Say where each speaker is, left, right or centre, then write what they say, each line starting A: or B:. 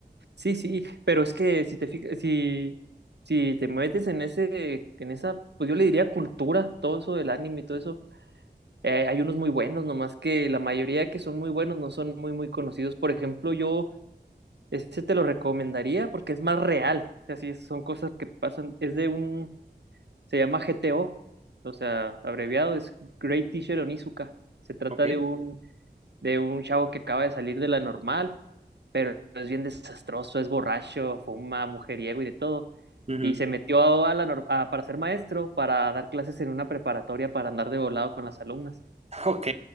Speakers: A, on the right; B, on the right.
A: Sí, sí, pero es que si te fijas, si, si te metes en ese, en esa, pues yo le diría cultura, todo eso del anime y todo eso Eh, hay unos muy buenos, nomás que la mayoría que son muy buenos no son muy, muy conocidos. Por ejemplo, yo ese te lo recomendaría porque es más real. O sea, sí, es- son cosas que pasan. Es de un, se llama GTO, o o sea, abreviado es Great Teacher Onizuka. Se trata
B: Ok.
A: de un, de un chavo que acaba de salir de la normal, pero es bien desastroso, es borracho, fuma, mujeriego y de todo.
B: Ujú.
A: Y se metió a la nor- a- para ser maestro, para dar clases en una preparatoria para andar de volado con las alumnas.
B: Ok,